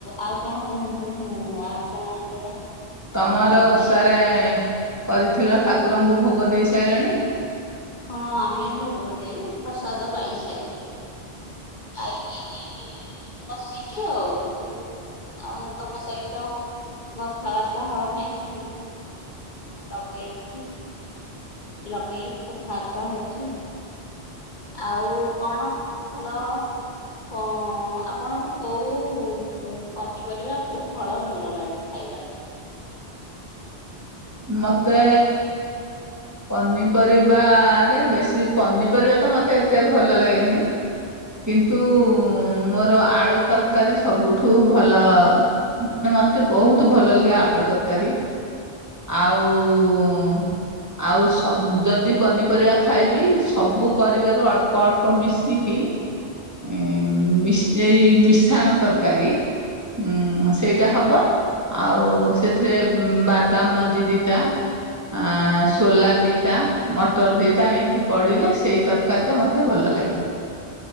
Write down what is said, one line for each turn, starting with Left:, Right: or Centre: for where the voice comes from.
Left: ଆଉ କଣ କୁହନ୍ତୁ ଆପଣଙ୍କର।
Right: ତମର
Left: ଉଁ
Right: ଓଷାରେ
Left: ଭଲ
Right: କରିଥିଲ ଠାକୁରଙ୍କୁ ଭୋଗ ଦେଇସାଇଲଣି।
Left: ହଁ ଆମେ ଭୋଗ ଦେଇ ପ୍ରସାଦ ପାଇସାଇଲୁଣୁ। ଖାଇକି ବସିଚୁ ଆଉ। ଆଉ ତମ ସହିତ କଥାବାର୍ତ୍ତା ହବା ପାଇଁ ଲଗେଇଛିି ଲଗେଇକି କଥାବାର୍ତ୍ତା ହଉଛି ଆଉ। ଆଉ କଣ ଭଲ ହଁ ଆପଣଙ୍କୁ କୋଉ ପ ପନିପରିବା କୋଉ ଫଳ ଭଲ ଲାଗେ ଖାଇବ।
Right: ମତେ ପନିପରିବାରେ ବେଶୀ ପନିପରିବା ତ ମତେ ଏତେ ଭଲ ଲାଗେନି। କିନ୍ତୁ ମୋର ଆଳୁ ତରକାରୀ ସବୁଠୁ ଭଲ ନାଇଁ ମତେ ବହୁତ ଭଲ ଲାଗେ ଆଳୁ ତରକାରୀ। ଆଉ ଆଉ ସ ଯଦି ପନିପରିବା ଖାଇବି ସବୁ ପରିବାରୁ ଅଳ୍ପ ଅଳ୍ପ ମିଶିକି ଇଁ ମିଶେଇ ମିଶାଣ ତରକାରୀ ଉଁ ସେଇଟା ହବ ଆଉ ସେଥିରେ ବାଦାମ ମଞ୍ଜି ଦିଟା। ଆ ସୋଲା ଦିଇଟା, ମଟର ଦିଇଟା, ଏମିତି ପଡ଼ିଲେ ସେଇ ତରକାରୀଟା ମୋତେ ଭଲ ଲାଗେ।